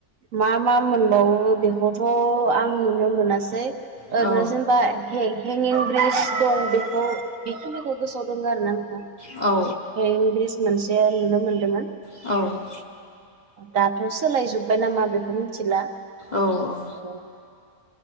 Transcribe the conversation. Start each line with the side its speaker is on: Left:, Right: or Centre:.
Right: मा मा मोनबावो बेखौथ' आं नुनो मोनासै। ओरैनो
Left: औ
Right: जेनेबा हेंगिं ब्रिज दं बेखौ बेखि बेखौ गोसोआव दङ आरो ना नोंथां।
Left: औ औ
Right: ब्रिज मोनसेया नुनो मोनदोंमोन।
Left: औ
Right: दाथ' सोलाय जोबबाय ना मा बेखौ मिथिला।
Left: औ औ।
Right: <inaudible>